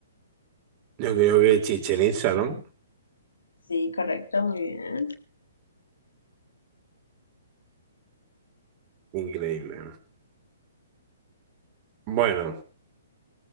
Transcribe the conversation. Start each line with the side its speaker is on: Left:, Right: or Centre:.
Right: Yo creo que Chichen Itza, ¿no?
Left: Sí, correcto, muy bien.
Right: Increíble. Bueno,